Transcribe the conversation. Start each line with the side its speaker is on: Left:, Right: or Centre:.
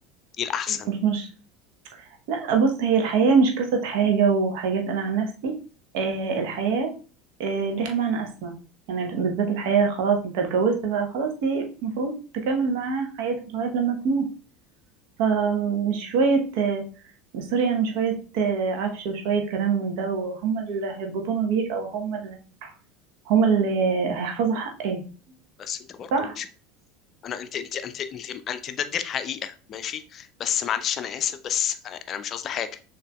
Left: ايه الاحسن
Right: مش مش لا بص هي الحياة مش قصة حاجة وحاجات انا عن نفسي آه الحياة آه ليها معنى اسمى يعني بالذات الحياة خلاص انت اتجوزت فخلاص دي المفروض تكمل معاها حياتك لغاية لما تموت فمش شوية آه سوري يعني مش شوية آه عفش وشوية كلام من ده وهم اللي هيربطونه بيك او هم اللي هم اللي هيحفظوا حقك
Left: بس انت برضه
Right: صح
Left: مش انا انت انت انت انت انت ده دي الحقيقه ماشي بس معلش انا اسف بس انا مش قصدي حاجه